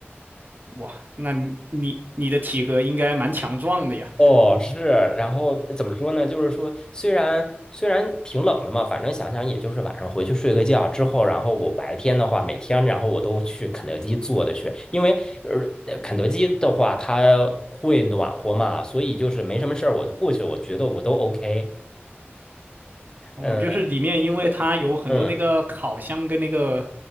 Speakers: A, on the right; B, on the left.
A: <laughs> 哇，那你你你的体格应该蛮强壮的呀。
B: 哦，是，然后怎么说呢？就是说，虽然虽然挺冷的嘛，反正想想也就是晚上回去睡个觉之后，然后我白天的话，每天然后我都去肯德基坐着去，因为呃肯德基的话它会暖和嘛，所以就是没什么事儿我就过去，我觉得我都 OK。
A: 哦，
B: 嗯
A: 就是里面因为它有很多那个烤箱跟那个
B: 嗯，